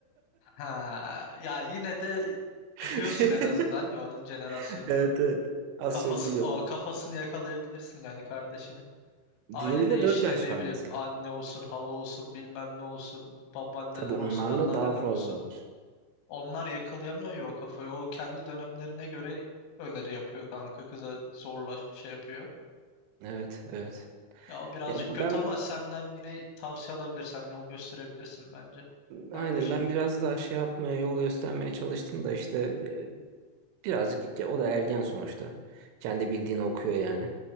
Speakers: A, on the left; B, on the right.
A: Ha ya yine de
B: <laughs>
A: biliyorsun en azından ya onun jenerasyonunu.
B: Evet evet. Az
A: Kafası
B: çok biliyorum.
A: o kafasını yakalayabilirsin yani kardeşini. Ailede
B: Diğeriyle 4
A: işte
B: yaş
A: ne
B: var
A: bileyim
B: mesela.
A: anne olsun, hala olsun, bilmem ne olsun, babaanneler
B: Tabii onlarla
A: olsun, anneanneler
B: daha fazla
A: olsun.
B: olur.
A: Onlar yakalayamıyor ya o kafayı. O kendi dönemlerine göre öneri yapıyor kanka. Kıza zorla şey yapıyor.
B: Evet evet.
A: Ya o birazcık
B: Ya bu-
A: kötü
B: ben
A: ama senden yine tavsiye alabilirsen yol gösterebilirsin bence kardeşine.
B: aynen ben biraz daha şey yapmaya yol göstermeye çalıştım da işte e, Birazcık ya o da ergen sonuçta. Kendi bildiğini okuyor yani.